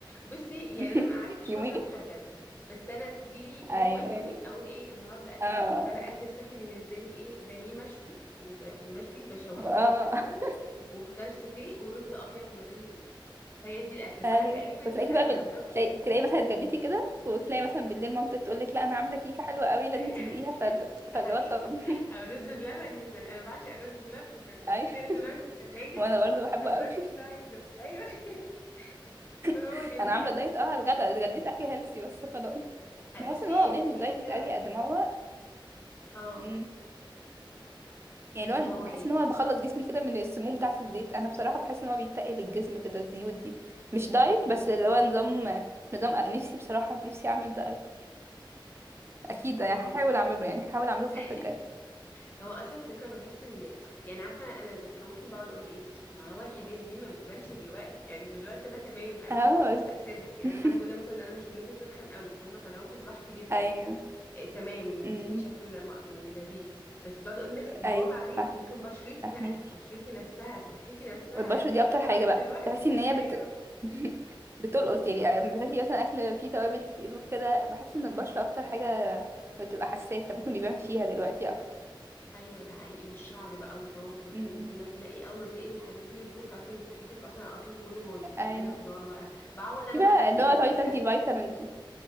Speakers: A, on the left; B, on the right.
A: بصي يعني
B: <laughs>
A: انا ما قعدتش
B: يومين
A: فتره محدده بس انا تجيلي
B: ايوه
A: يوم ولا يومين اقول ايه النهارده اكل
B: اه
A: صحي فانا اكل الصحي بالنسبه لي ايه بانيه مشوي يعني ب- مشوي بشوحه
B: اه
A: في زيت زيتون
B: <laughs>
A: وخضار سوتيه ورز ابيض من غير زيت فهي دي الاكله فانا
B: ايوه
A: تقريبا
B: وتلاقيكي
A: كده
B: بقى
A: انا
B: بال...
A: ادركت
B: تلاقي تلاقي مثلا اتغديتي كده وتلاقي مثلا بالليل مامتك تقول لك لا انا عامله كيكه حلوه قوي لازم
A: ايوه
B: تدوقيها
A: <laughs>
B: ف...
A: ده
B: فاللي
A: حقيقي
B: هو طب <laughs>
A: او رز بلبن يا سلام انا بعشق الرز بلبن فانت هتلاقي
B: ايوه
A: رز بلبن في الثلاجه
B: وانا برضه بحبه
A: 24
B: قوي
A: ساعه كله ايوه <laughs> فهو
B: <laughs>
A: جميل
B: انا عامله دايت
A: بس
B: اه على الغدا اتغديت اكل هيلسي بس خلاص
A: أنا-
B: بحس
A: بصي
B: ان هو والله
A: يعني تحسي
B: مش دايت
A: كده
B: قوي قد ما هو
A: اه
B: مم، يعني
A: قد
B: لو أنا
A: ما هو
B: بحس ان هو بخلص جسمي كده من السموم بتاعه الزيت انا بصراحه بحس ان هو بيتقل الجسم كده الزيوت دي مش دايت
A: ايه
B: بس اللي هو نظام نظام نفسي بصراحه نفسي اعمل ده قوي اكيد يعني
A: انا
B: هحاول اعمله يعني هحاول اعمله الفتره
A: <laughs>
B: الجايه
A: هو اصل الفكره انا بحس ان يعني عارفه انا انا اللي بيخوفني بقعد اقول ايه ما هو الحاجات دي ما بتبانش دلوقتي يعني دلوقتي انا تمام انا
B: <laughs> اه
A: مش حاسه بتاثيرها يعني
B: <laughs>
A: انا الحمد لله مثلا انا مش من الناس اللي بتتخن قوي فاهمه فانا باكل براحتي جدا
B: ايوه
A: إيه تمام
B: امم
A: جسمي شكله لا يعني لذيذ بس بقعد اقول لنفسي ما
B: ايوه
A: هو بعدين
B: فاهم
A: ممكن بشرتي
B: فاهمك
A: بقى بشرتي نفسها صحتي نفسها
B: البشرة
A: انت
B: دي
A: مش
B: اكتر
A: واخده
B: حاجة
A: بالك
B: بقى
A: دلوقتي
B: تحسي ان هي
A: ايوه
B: بت <laughs> بتلقط يعني لما بتاكلي مثلا اكل فيه توابل كتير وكده بحس ان البشرة اكتر حاجة بتبقى حساسة ممكن بيبان فيها دلوقتي اكتر
A: ايوه ده حقيقي والشعر بقى والضوافر والحاجات
B: امم
A: دي كلها تلاقي اول ما تلاقي الحاجات دي بتبوظ تعرفي ان صحتك اصلا او اكلك كله بايظ محتاجه
B: ايوه
A: خضار بقى بعوض انا
B: في بقى
A: بقى ده بايه
B: اللي هو تقعدي
A: في
B: تاخدي
A: الاكل
B: فيتامينز